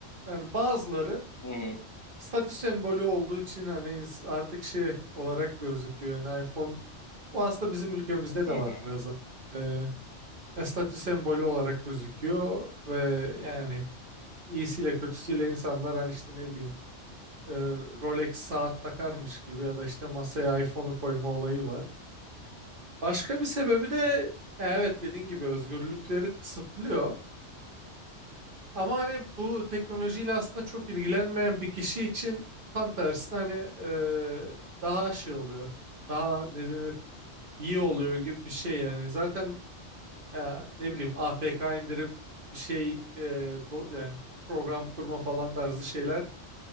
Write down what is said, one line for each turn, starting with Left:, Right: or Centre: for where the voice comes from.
Right: Yani bazıları
Left: Hı hı.
Right: statü sembolü olduğu için hani ins- artık şey olarak gözüküyor. Yani iPhone Bu aslında bizim ülkemizde de
Left: Hı
Right: var
Left: hı.
Right: biraz. da. Ee, e, statü sembolü olarak gözüküyor ve yani iyisiyle kötüsüyle insanlar hani işte ne bileyim e, Rolex saat takarmış gibi ya da işte masaya iPhone'u koyma olayı var. Başka bir sebebi de e, evet dediğin gibi özgürlükleri kısıtlıyor. Ama hani bu teknolojiyle aslında çok ilgilenmeyen bir kişi için tam tersine hani e, daha şey oluyor. Daha ne denir iyi oluyor gibi bir şey yani. Zaten e, ne bileyim APK indirip bir şey e, do- yani program kurma falan tarzı şeyler